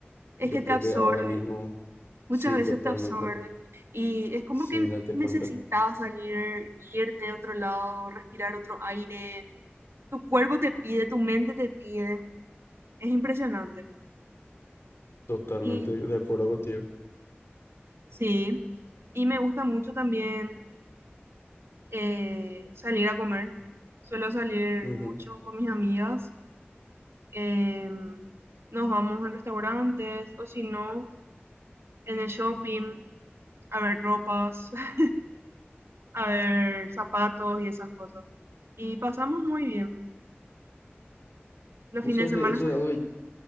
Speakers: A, on the right; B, on the left.
A: es
B: yo
A: que
B: creo
A: te absorbe,
B: que ahora mismo,
A: muchas
B: sí,
A: veces
B: totalmente,
A: te absorbe y es como
B: sin
A: que
B: darte
A: necesitas
B: cuenta,
A: salir, irte a otro lado, respirar otro aire. Tu cuerpo te pide, tu mente te pide. Es impresionante.
B: totalmente
A: Y
B: de acuerdo contigo.
A: sí, y me gusta mucho también eh, salir a comer. Suelo salir
B: Ujú.
A: mucho con mis amigas. eh, nos vamos a restaurantes o si no, en el shopping, a ver ropas, <laughs> a ver zapatos y esas cosas. Y pasamos muy bien. Los
B: Vos
A: fines
B: sabés
A: de
B: que
A: semana
B: eso
A: son
B: es algo que